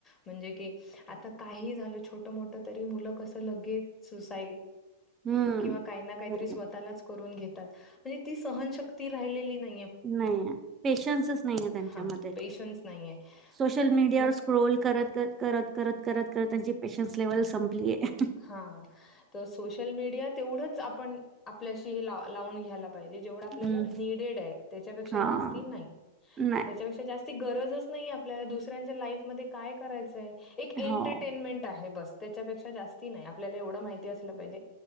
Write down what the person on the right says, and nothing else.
हम्म.
बरोबर.
नाहीये पेशन्सच <inaudible> नाहीये त्यांच्यामध्ये.
सोशल मीडियावर
स्क्रोल करत कर -करत -करत करत -करत त्यांची पेशन्स लेव्हल संपली आहे.
हं.
हां.
नाही.
हो.